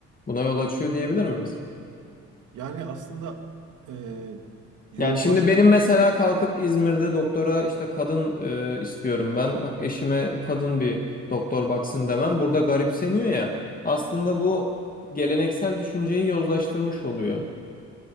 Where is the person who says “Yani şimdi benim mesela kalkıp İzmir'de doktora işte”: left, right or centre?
Left